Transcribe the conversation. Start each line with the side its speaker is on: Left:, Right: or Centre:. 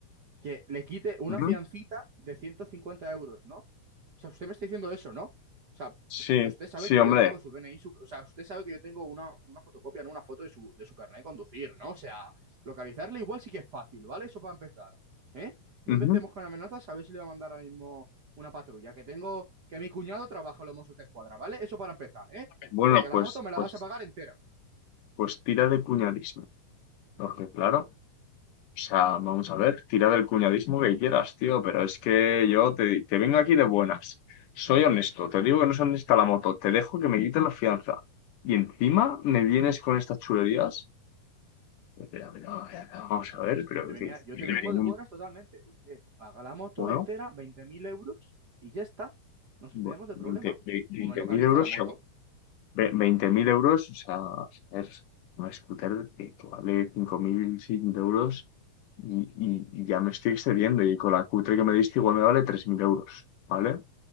Right: que le quite una
Left: Ujú.
Right: fiancita de 150 euros, ¿no? O sea, usted me está diciendo eso, ¿no? O sea,
Left: Sí,
Right: tú- usted sabe
Left: sí,
Right: que
Left: hombre.
Right: yo tengo su DNI, su- o sea, usted sabe que yo tengo una, una fotocopia, no una foto de su, de su carnet de conducir, ¿no? O sea, localizarle igual sí que es fácil, ¿vale? Eso para empezar, ¿eh? No
Left: Ujú.
Right: empecemos con amenazas, a ver si le va a mandar ahora mismo una patrulla, que tengo, que mi cuñado trabaja en los Mossos de Escuadra, ¿vale? Eso para empezar, ¿eh?
Left: Bueno,
Right: Porque la
Left: pues,
Right: moto me la
Left: pues,
Right: vas a pagar entera.
Left: pues tira de cuñadismo. Porque claro, o sea, vamos a ver, tira del cuñadismo que quieras, tío, pero es que yo te, te vengo aquí de buenas. Soy honesto, te digo que no es honesta la moto, te dejo que me quites la fianza. Y encima me vienes con estas chulerías. Pero, pero,
Right: No,
Left: eh,
Right: sí, sí,
Left: vamos
Right: yo, sí,
Left: a ver,
Right: yo,
Left: pero
Right: yo te venía,
Left: que-
Right: yo
Left: que-
Right: te vengo
Left: que-
Right: de buenas totalmente. Usted paga la moto
Left: bueno,
Right: entera, 20.000 euros, y ya está. Nos
Left: bueno,
Right: olvidamos del
Left: 20
Right: problema.
Left: 20.000
Right: O me localiza
Left: euros
Right: la moto.
Left: Ve- veinte mil euros, o sea, es una scooter que, que vale 5.600 euros y, y- y ya me estoy excediendo. Y con la cutre que me diste, igual me vale 3.000 euros, ¿vale?